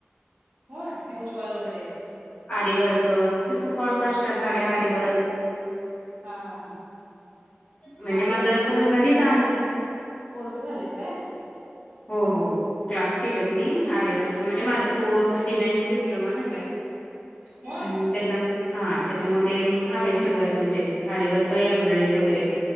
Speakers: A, on the right; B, on the left.
A: होय पिको फॉल वगैरे
B: आरी वर्क, पिकू फॉल, काष्ट साड्या, आरी वर्क.
A: हा हा हा
B: म्हणजे
A: आरी
B: माझं
A: वर्कच म्हणजे
B: घरीच
A: असं
B: आहे.
A: तमे <unintelligible> कोर्स झालेत काय?
B: हो हो. क्लास केलेत मी आरी वर्कच म्हणजे माझा पू डिझायनिंग डिप्लोमा झालाय.
A: होय.
B: हं, त्याच्या म हा त्याच्यामध्ये आहे सगळंच म्हणजे आरी वर्क ही एम्ब्रॉयडरीच वगैरे